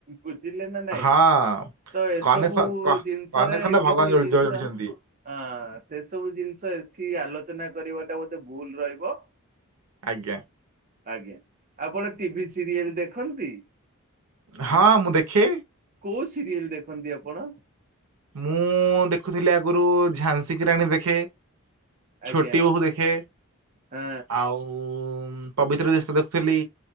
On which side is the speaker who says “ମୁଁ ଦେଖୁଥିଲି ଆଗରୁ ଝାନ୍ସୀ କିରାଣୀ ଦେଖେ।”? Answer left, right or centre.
Right